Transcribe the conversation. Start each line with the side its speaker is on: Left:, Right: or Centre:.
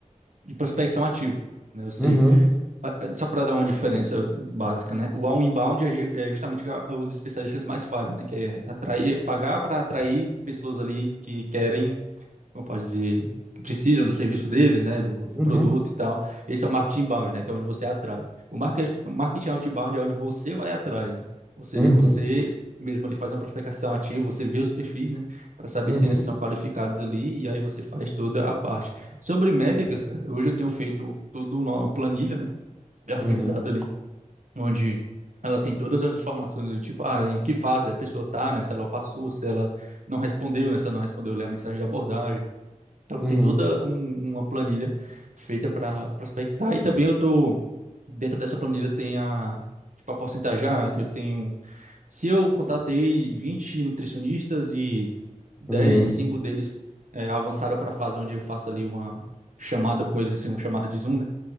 Right: de prospecção ativa, né? Ou seja,
Centre: uhum,
Right: a- a- só para dar uma diferença básica, né? O outbound é, ju- é justamente o que a- os especialistas mais fazem, né? Que é atrair, pagar para atrair pessoas ali que querem como eu posso dizer, que precisam do serviço deles, né, do, do
Centre: uhum,
Right: produto e tal. Esse é o marketing inbound, né, que é onde você atrai. O market- o marketing outbound é onde você vai atrás, né? Ou seja,
Centre: uhum,
Right: você mesmo ali faz uma prospecção ativa, você vê os perfis, né, para saber
Centre: uhum,
Right: se eles são qualificados ali e aí você faz toda a parte. Sobre métricas, cara, hoje eu tenho feito tudo numa planilha, né, bem organizada
Centre: uhum,
Right: ali, onde Ela tem todas as informações do tipo, ah, em que fase a pessoa tá, né? Se ela passou, se ela não respondeu, né? Se ela não respondeu, lê a mensagem de abordagem então,
Centre: uhum,
Right: tem toda um- uma planilha feita para prospectar. E também eu tô dentro dessa planilha tem a tipo a porcentajar, eu tenho se eu contatei 20 nutricionistas e 10,
Centre: uhum,
Right: 5 deles é, avançaram para a fase onde eu faço ali uma chamada com eles assim, uma chamada de Zoom, né?